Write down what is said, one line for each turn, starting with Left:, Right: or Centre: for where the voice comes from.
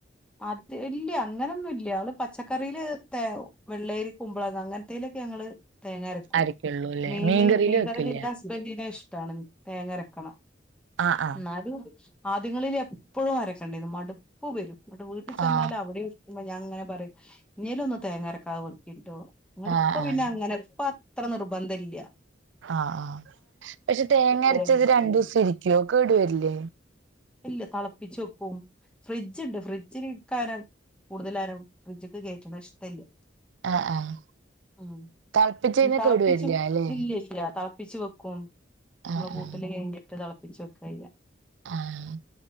Centre: അത് ഇല്ല്യ അങ്ങനൊന്നുല്ല്യ അവല് പച്ചക്കറിയില് തേ വെള്ളരി കുമ്പളങ്ങ അങ്ങന്ത്തേലൊക്കെ ഞങ്ങള് തേങ്ങ അരക്കും
Right: അരക്കുള്ളൂ അല്ലേ
Centre: മീന് മീൻകറിയില്
Right: വെക്കില്ല
Centre: ഇന്റെ ഹസ്ബൻഡ്ന് ഇഷ്ടാണ് തേങ്ങ അരക്കണം
Right: ആ ആ
Centre: ഇന്നാല് ആദ്യങ്ങളിൽ എപ്പഴും അരക്കണ്ടേന്ന് മടുപ്പ് വരും ഇന്നിട്ട് വീട്ടിൽ ചെന്നാല്
Right: ആ
Centre: അവിടേം ഇ ഞാൻ ഇങ്ങനെ പറയും ഇനിയേലും ഒന്ന് തേങ്ങരക്കാതെ വെക്കിട്ടോ ഇങ്ങട്ട്
Right: ആ
Centre: ഇപ്പ
Right: ആ
Centre: പിന്നെ അങ്ങനെ ഇപ്പ അത്ര നിർബന്ധ ഇല്ല്യ
Right: ആഹ് ആഹ് പക്ഷെ തേങ്ങ അരച്ചത്
Centre: തേങ്ങരക്കും
Right: രണ്ടു ദീസം ഇരിക്കോ കേടു വരില്ലേ
Centre: ഇല്ല തളപ്പിച്ച് വെക്കും ഫ്രിഡ്ജ് ഇണ്ട് ഫ്രിഡ്ജ് ഫ്രിഡ്ജിൽ ഇകാരം കൂടുതലായാലും ഫ്രിഡ്ജ്ക്ക് കേറ്റ്ണ ഇഷ്ടല്ല്യ
Right: ആഹ് ആഹ്
Centre: ഉം
Right: തിളപ്പിച്ച് കഴിഞ്ഞാൽ
Centre: തെളപ്പിച്ചു
Right: കേടു വരില്ല അല്ലെ
Centre: ഇല്ല്യല്ല്യ തെളപ്പിച്ച് വെക്കു ക്കും ഇമ്മളെ
Right: ആഹ്
Centre: കൂട്ടല് കഴിഞ്ഞിട്ട് തിളപ്പിച് വെക്കായ്യ
Right: ആഹ്